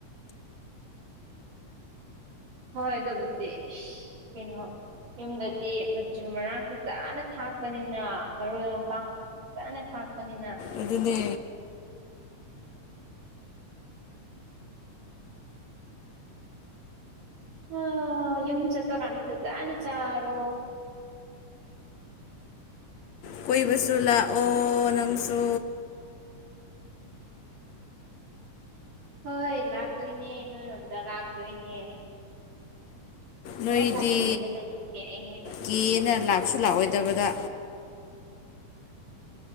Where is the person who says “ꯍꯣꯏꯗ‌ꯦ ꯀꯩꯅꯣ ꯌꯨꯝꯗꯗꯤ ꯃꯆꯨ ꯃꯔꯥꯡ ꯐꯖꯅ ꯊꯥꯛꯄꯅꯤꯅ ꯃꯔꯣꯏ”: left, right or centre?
Right